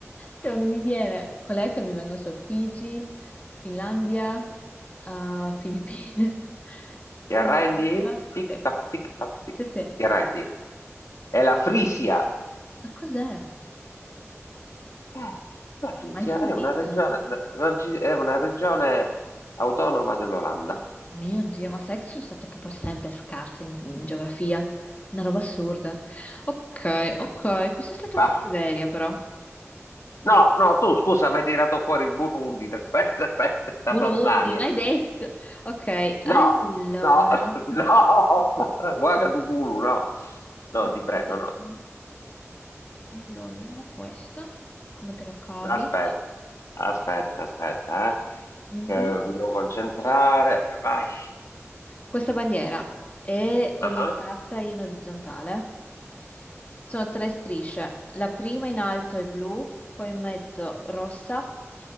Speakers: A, on the left (about 30°); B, on the left (about 75°).
A: Cioè, non mi viene. Con la F mi vengono solo Figi, Finlandia, ah, Filippine. <laughs>
B: Ti arrendi?
A: Ah, ah,
B: Tic
A: sì,
B: tac, tic tac, tic.
A: sì, sì.
B: Ti arrendi? È la Frisia.
A: Ma cos'è?
B: Eh, la Frisia
A: Mai sentito?
B: è una regione, raggi- è una regione autonoma dell'Olanda.
A: Mio Dio, ma sai che sono stata proprio sempre scarsa in, in geografia? Una roba assurda. Ok, ok,
B: Eh,
A: questa è stata
B: Ah.
A: cattiveria però.
B: No, no, tu scusa, mi hai tirato fuori il Burundi, <laughs> aspetta, aspetta, la
A: Burundi,
B: Tanzania.
A: mai detto. Ok, allora.
B: No, no, <laughs> no, Ouagadougou, no.
A: Ok,
B: No, ti prego, no.
A: mm, allora vediamo questa, come te la cavi.
B: Aspetta, aspetta, aspetta,
A: Mhm.
B: eh. Eh, mi devo concentrare. Vai.
A: Questa bandiera è orientata
B: Ah, ah.
A: in orizzontale. Sono tre strisce, la prima in alto è blu, poi in mezzo rossa